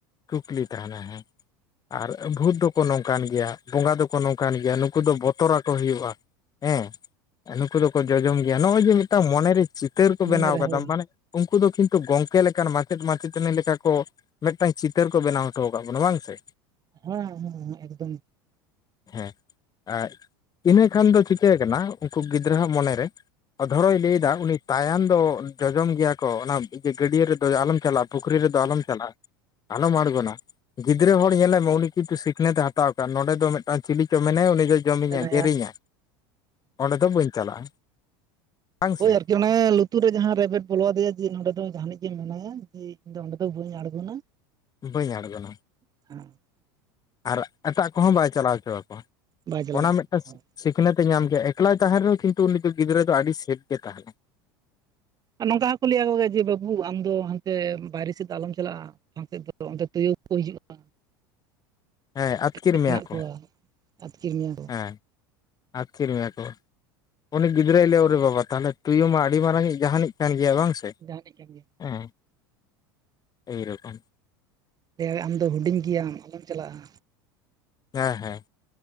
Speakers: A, on the left; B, on the right.
A: ᱠᱩᱠᱞᱤ ᱛᱟᱦᱮᱱᱟ ᱦᱮᱸ ᱟᱨ ᱵᱷᱩᱛ ᱫᱚᱠᱚ ᱱᱚᱝᱠᱟᱱ ᱜᱮᱭᱟ ᱵᱚᱸᱜᱟ ᱫᱚᱠᱚ ᱱᱚᱝᱠᱟᱱ ᱜᱮᱭᱟ ᱱᱩᱠᱩ ᱫᱚ ᱵᱚᱛᱚᱨ ᱟᱠᱚ ᱦᱩᱭᱩᱜᱼᱟ ᱦᱮᱸ ᱱᱩᱠᱩ ᱫᱚᱠᱚ ᱡᱚᱡᱚᱢ ᱜᱮᱭᱟ ᱱᱚᱜᱼᱚᱭ ᱡᱮ ᱢᱤᱫ ᱴᱟᱝ ᱢᱚᱱᱮᱨᱮ ᱪᱤᱛᱟᱹᱨ ᱠᱚ
B: ᱢᱚᱱᱮᱨᱮ
A: ᱵᱮᱱᱟᱣ ᱠᱟᱫᱟ
B: ᱦᱳᱭ
A: ᱢᱟᱱᱮ ᱩᱱᱠᱩ ᱫᱚ ᱠᱤᱱᱛᱩ ᱜᱚᱝᱠᱮ ᱞᱮᱠᱟᱱ ᱢᱟᱪᱮᱫ ᱢᱟᱪᱮᱛᱟᱹᱱᱤ ᱞᱮᱠᱟ ᱠᱚ ᱢᱤᱫᱴᱟᱝ ᱪᱤᱛᱟᱹᱨ ᱠᱚ ᱵᱮᱱᱟᱣ ᱦᱚᱴᱚ ᱟᱠᱟᱫ ᱵᱚᱱᱟ ᱵᱟᱝ ᱥᱮ
B: ᱦᱮᱸ ᱦᱮᱸ ᱮᱠᱫᱚᱢ
A: ᱦᱮᱸ ᱟᱨ ᱤᱱᱟᱹ ᱠᱷᱟᱱ ᱫᱚ ᱪᱤᱠᱟᱹ ᱠᱟᱱᱟ ᱩᱱᱠᱩ ᱜᱤᱫᱽᱨᱟᱹᱣᱟᱜ ᱢᱚᱱᱮᱨᱮ ᱚᱫᱚᱨᱚᱭ ᱞᱟᱹᱭᱮ ᱫᱟ ᱩᱱᱤ ᱛᱟᱭᱟᱱ ᱫᱚ ᱡᱚᱡᱚᱢ ᱜᱮᱭᱟ ᱠᱚ ᱚᱱᱟ ᱜᱟᱹᱰᱭᱟᱹ ᱨᱮᱫᱚ ᱟᱞᱚᱢ ᱪᱟᱞᱟᱜ ᱯᱩᱠᱷᱨᱤ ᱨᱮᱫᱚ ᱟᱞᱚᱢ ᱪᱟᱞᱟᱜᱼᱟ ᱟᱞᱚᱢ ᱟᱬᱜᱚᱱᱟ ᱜᱤᱫᱽᱨᱟᱹ ᱦᱚᱲ ᱧᱮᱞᱮ ᱢᱮ ᱩᱱᱤ ᱠᱤᱱᱛᱩ ᱥᱤᱠᱷᱱᱟᱹᱛᱮ ᱦᱟᱛᱟᱣ ᱱᱚᱸᱰᱮ ᱫᱚ ᱢᱤᱫᱴᱟᱝ ᱪᱤᱞᱤ ᱪᱚ ᱢᱮᱱᱟᱭᱟ ᱩᱱᱤ ᱫᱚᱚᱭ ᱡᱚᱢᱤᱧᱟᱭ
B: ᱢᱮᱱᱟᱭᱟ
A: ᱜᱮᱨᱮᱧᱟ ᱚᱸᱰᱮ ᱫᱚ ᱵᱟᱹᱧ ᱪᱟᱞᱟᱜᱼᱟ᱾ ᱵᱟᱝ
B: ᱦᱳᱭ
A: ᱥᱮ
B: ᱟᱨᱠᱤ ᱚᱱᱟ ᱞᱩᱛᱩᱨ ᱨᱮ ᱡᱟᱦᱟᱸ ᱨᱮᱵᱮᱴ ᱵᱚᱞᱚ ᱟᱫᱮᱭᱟ ᱡᱮ ᱱᱚᱰᱮ ᱫᱚ ᱡᱟᱦᱟ ᱱᱤᱡ ᱜᱮ ᱢᱮᱱᱟᱭᱟ ᱤᱧ ᱫᱚ ᱚᱸᱰᱮ ᱫᱚ ᱵᱟᱹᱧ ᱟᱬᱜᱚᱱᱟ
A: ᱵᱟᱹᱧ ᱟᱬᱜᱚᱱᱟ
B: <unintelligible>
A: ᱟᱨ ᱮᱴᱟᱜ ᱠᱚᱦᱚᱸ ᱵᱟᱭ ᱪᱟᱞᱟᱣ ᱦᱚᱪᱚ ᱟᱠᱚᱣᱟ
B: ᱵᱟᱭ ᱪᱟᱞᱟᱣ
A: ᱚᱱᱟ
B: ᱦᱚᱪᱚᱣᱟᱜᱼᱟ
A: ᱢᱤᱫ ᱴᱟᱝ ᱥᱤᱠᱷᱱᱟᱹᱛ ᱮ ᱧᱟᱢ ᱜᱮᱭᱟ ᱮᱠᱞᱟᱭ ᱛᱟᱦᱮᱱ ᱨᱮᱦᱚᱸ ᱠᱤᱱᱛᱩ ᱩᱱᱤ ᱫᱚ ᱜᱤᱫᱽᱨᱟᱹ ᱫᱚ ᱟᱹᱰᱤ ᱥᱮᱯ ᱜᱮ ᱛᱟᱦᱮᱱᱟ
B: ᱟᱨ ᱱᱚᱝᱠᱟ ᱦᱚᱸᱠᱚ ᱞᱟᱹᱭᱟ ᱡᱮ ᱵᱟᱹᱵᱩ ᱟᱢᱫᱚ ᱦᱟᱱᱛᱮ ᱵᱟᱭᱨᱮ ᱥᱮᱫ ᱫᱚ ᱟᱞᱚᱢ ᱪᱟᱞᱟᱜᱼᱟ <unintelligible> ᱥᱮᱫ ᱫᱚ ᱸᱰᱮ ᱛᱩᱭᱩ ᱠᱚ ᱦᱤᱡᱩᱜᱼᱟ
A: <inaudible>
B: <inaudible>
A: ᱟᱹᱛᱠᱤᱨ ᱢᱮᱭᱟ
B: ᱢᱮᱱᱟᱜ
A: ᱠᱚ
B: ᱠᱚᱣᱟ ᱟᱛᱠᱤᱨ ᱢᱮᱭᱟ ᱠᱚ
A: ᱦᱮᱸ ᱟᱹᱛᱠᱤᱨ ᱢᱮᱭᱟ ᱠᱚ ᱩᱱᱤ ᱜᱤᱫᱽᱨᱟᱹᱭ ᱞᱮᱟᱹᱭᱟ ᱠᱳ ᱨᱮ ᱵᱟᱵᱟ ᱛᱟᱦᱚᱞᱮ ᱛᱩᱭᱩ ᱢᱟ ᱟᱹᱰᱤ ᱢᱟᱨᱟᱝᱤᱡ ᱡᱟᱦᱟᱱᱤᱡ ᱠᱟᱱ ᱜᱮᱭᱟ ᱵᱟᱝ ᱥᱮ
B: ᱡᱟᱦᱮᱱᱮᱜ ᱠᱟᱱ ᱜᱮᱭᱟ
A: ᱦᱮᱸ ᱮ ᱨᱚᱠᱚᱢ
B: ᱫᱟᱹᱭ ᱟᱢ ᱫᱚ ᱦᱩᱰᱤᱧ ᱜᱮᱭᱟᱢ ᱟᱞᱚᱢ ᱪᱟᱞᱟᱜᱼᱟ
A: ᱦᱮᱸ ᱦᱮᱸ